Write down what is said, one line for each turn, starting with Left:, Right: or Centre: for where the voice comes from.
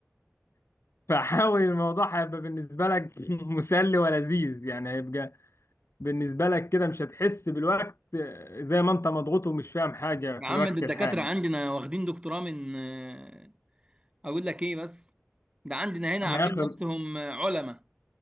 Left: فحاول الموضوع هيبقى بالنسبة لك <laughs> مسلي ولذيذ يعني هيبقى بالنسبة لك كده مش هتحس بالوقت آه، زي ما انت مضغوط ومش فاهم حاجة في
Right: يا عم
Left: الوقت
Right: ده الدكاتره
Left: الحالي
Right: عندنا واخدين دكتوراه من آه، اقول لك ايه بس ده عندنا هنا
Left: احنا
Right: عاملين
Left: اخر
Right: نفسهم علماء